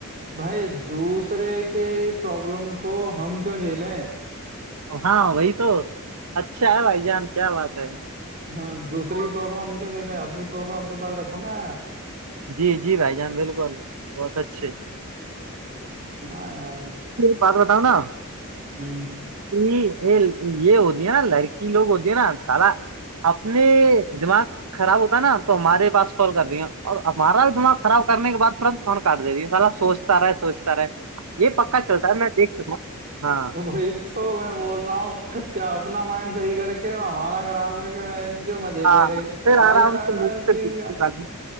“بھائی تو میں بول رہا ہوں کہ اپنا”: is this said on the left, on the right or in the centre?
Right